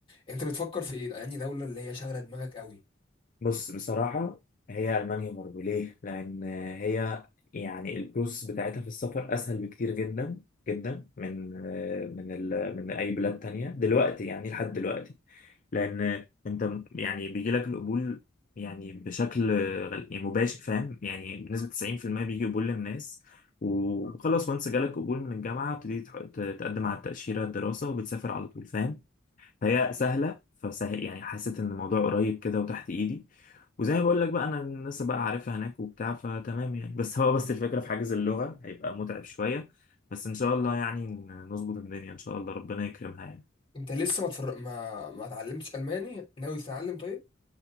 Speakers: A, on the left; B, on the left.
A: انت بتفكر في ايه يعني دولة اللي هي شاغلة دماغك قوي
B: بص بصراحة هي ألمانيا برضه ليه؟ لأن هي يعني البروسس بتاعتها في السفر أسهل بكتير جدا جدا من من ال من أي بلاد تانية دلوقتي يعني لحد دلوقتي لأن أنت م- يعني بيجي لك القبول يعني بشكل غل- يعني مباشر فاهم يعني بنسبة 90% بيجي قبول للناس وخلاص وانس جالك قبول من الجامعة بتبتدي تح- ت- تقدم على التأشيرة الدراسة وبتسافر على طول فاهم فهي سهله فسهل يعني حسيت ان الموضوع قريب كده وتحت ايدي وزي ما بقول لك بقى انا الناس بقى عارفها هناك وبتاع فتمام يعني بس هو بس الفكره في حاجز اللغه هيبقى متعب شويه بس ان شاء الله يعني نظبط الدنيا ان شاء الله ربنا يكرمها يعني
A: انت لسه ما تفر... ما ما اتعلمتش الماني ناوي تتعلم طيب